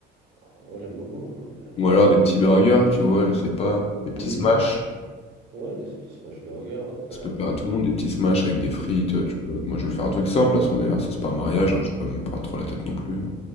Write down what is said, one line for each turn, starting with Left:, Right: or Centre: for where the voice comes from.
Right: Alors, moi, j'aime beaucoup, hein, mais après,
Left: Ou alors
Right: est-ce que
Left: des
Right: les
Left: petits
Right: gens aiment
Left: burgers,
Right: bien?
Left: tu vois, je sais pas, des
Right: Oui.
Left: petits smash.
Right: Ouais, des petits smash burgers, après.
Left: Ça peut plaire à tout le monde, des petits smash avec des frites. euh, tu vois. Moi, je veux faire un truc simple, là, c'est mon anniversaire, c'est pas un mariage, hein, je vais pas me prendre trop la tête non plus. hein.